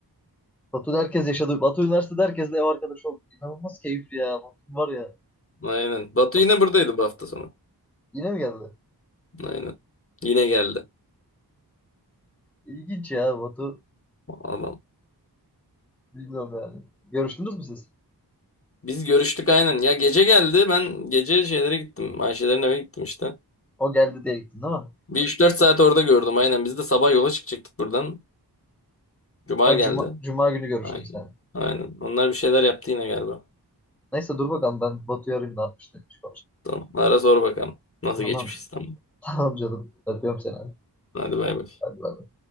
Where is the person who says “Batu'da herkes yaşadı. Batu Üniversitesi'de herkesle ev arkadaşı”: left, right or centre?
Centre